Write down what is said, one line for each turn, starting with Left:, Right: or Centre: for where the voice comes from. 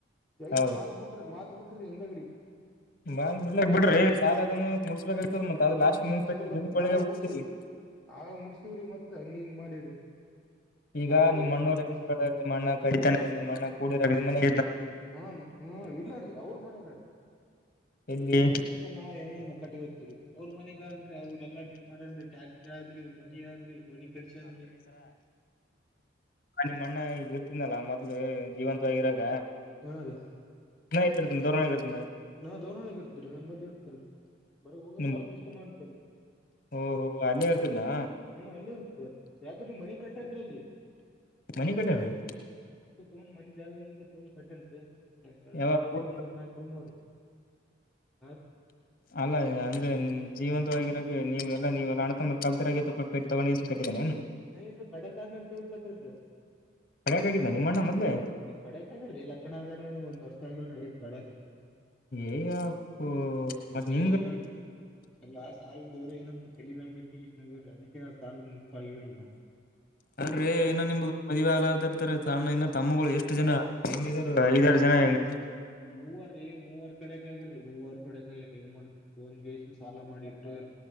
Centre: ಜಯದ
Left: ಹೌದ್ರಿ
Centre: ಮಾತ್ ಬಿಟ್ರಿ ಮಾತ್ ಬಿಟ್ರಿ ಎಿಂದ ಗಡಿ
Left: ಬಾ ಬಿಡ್ಲಕ್ ಬಿಡ್ರಿ ಸಾಲ ಅದ ಮು ತದ ಮ ಅ
Centre: ಹಾ
Left: ಲಾಸ್ಟ್ ನಿಮಪಟ್ಟ
Centre: ಮುಡ್ಸ್ಬೇಕದ್ರಿ
Left: ನಿಮ ಒಳ
Centre: ನಾವೇ
Left: ಬಿಿದ್ದಿ
Centre: ಮುಡ್ಸಿವ್ರಿ ನಾವೇ ಮುಡ್ಸಿವ್ರಿ ಮತ್ ಹಂಗ ಹಿಂಗ್ ಮಾಡಿವ್ರಿ
Left: ಈಗ
Centre: ನಾವೇ
Left: ನಿಮ್ಮ್
Centre: ಎದ್ರಾಗಿ
Left: ಅಣ್ಣವ್ರಣ್ಣ
Centre: ಮುಡ್ಸಿ
Left: ಕಡಿತಾನೆ ನಿಮ್ಮಣ್ಣ ಕೂಡಿರ ಮನೆ
Centre: ಹಾ ಹ ಇಲ್ಲ ರೀ ಅವ್ರ ಮನಗಾರಿ
Left: ಎಲ್ಲಿ
Centre: ನಮ್ಮ್ ಮನೆಗಿಂತ ನಾವ್ ಹೆಂಗ ಮ ಕಟ್ಟಿಗೆದರು ಅವ್ರ ಮನೆಗ ಅನ್್ರಿ ಅವ್ರೆಲ್ಲಾ ಡ ಮಾಡ್ರಿ ಟ್ಯಾಕ್ ಆದ್ರಿ ಮನಿ ಆದ್ರಿ ಮನಿ ಕಡ್ಚ ಅನ್್ರಿ
Left: ನಿಮ್ಮ ಅಣ್ಣ ಈಗ ಇರ್ತಿದ್ದಲ್ಲ ಮೊದ್ಲು ಜೀವಂತವಾಗಿರಾಗ
Centre: ಹಾ ರೀ
Left: ಇತ್ತ ದೋರಣೆಗರುತ್ತಾ
Centre: ನಾ ದೌರ್ಳಗ್ ಇರ್ತರಿೀ ನಂಬಲ್ಲಿ ಇರ್ತಲ್ರಿ ಬರ ಹೋಗೋದ್
Left: ನಿಮ್
Centre: ಬರೋದ ಅಷ್ಟೇ ಮಾಡ್ತರಿ
Left: ಓಹೋ ಅಲ್ಲೇ ಇರ್ತದ್ನಾ
Centre: ಹ್ಮ್ ಹ್ಮ ಅಲ್ಲಿರ್ತರಿ ಯಾಕ ಮನಿ ಕಟ್ಟಂದ್ರ ಅಲ್ಲಿ
Left: ಮನ ಕೊಟ್ಟ ರ
Centre: ತೋನ್ ಮನಿ ಜಾಗ ಈಗ ತೋನ್ ಕಟ್ಟೇನ್ರಿ
Left: ಯಾವಾಗ
Centre: ನಾಕ ಮೂರ್ ನಾಲ್ಕ ರ ಹೂ್ ನೋ್ರಿ ಹ
Left: ಅಲ್ಲ ಅಂದ್ರೆ ಜೀವಂತವಾಗಿರಾಗ ನೀವೆಲ್ಲಾ ನೀವುಲ್ಲ ಅಣತ ಕಲ್ತಿರಾಗ ತಗೊಂಡ ಕಟ್ಟಿದಾನ ಏನು
Centre: ಹ ಇಲ್ರಿ ಕಡೆ ಕಾದ್ಮೇ ತೂ ಕಟ್ಟಿರಿ
Left: ಕಡ್ಯಾಕಾಗಿದ್ದ ನಿಮ್ಮ ಅಣ್ಣ ಮೊದ್ಲೆ
Centre: ಹ್ಮ ಕಡೆ ಕಡಕ್ದೀ ಲಕ್ಕನಗಡೆ ಒಂದ್ ವರ್ಷ ಆಗಲ್ರೀ ಡಕ
Left: ಏಯಪ್ಪೋ ಮತ್
Centre: ಇನ
Left: ನಿಮ್ಗ
Centre: ಏನ್ ಹೇಳ್ತಿ ಎಲ್ಲಾ ಆ ಸಾಲದೋರೆಏನ ತಳಮಗ ಇಟ್ಟ್ಣೇ ಅದಕ್ಕೆ ಆ ಸಾಲ ಮುಪ್ಪ ಆಗವ್ರ ನಾವು
Left: ಅಲ್್ರೀ
Centre: ಸಾಲ
Left: ಏನೋ ನಿಮ್ದುದು ಮದುವ ಆಗ್ಲಾತಾರ್ತಾರೆ ಸಣ್ಣ ಇನ್ನು ತಮ್ಮಗಳು ಎಷ್ಟು ಜನ ಐದಾರು ಜನ ಹೆಂಗ
Centre: ಮೂವೀ ಮೂವರ್ ಕಡೆಕ್ ಆಗಿರರಿ ಮೂವರ್ ಕಡೆಕ್ ಆಗಿರರಿ ಹೆಂಗ ಮಾಡ್ತ್ರಿ ಹನ್ಗೆಷ್ಟನ್ ಸಾಲ ಮಾಡಿ ಇಟ್ಟ್ರ